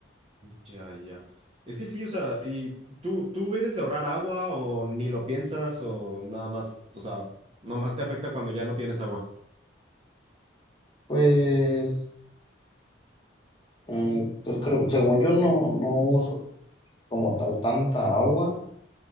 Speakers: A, on the right; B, on the left.
A: Ya, ya. Es que sí, o sea, ¿y tú, tú eres de ahorrar agua o ni lo piensas o nada más, o sea, nada más te afecta cuando ya no tienes agua?
B: Pues, mm, pues creo- según yo no, no uso como tal tanta agua,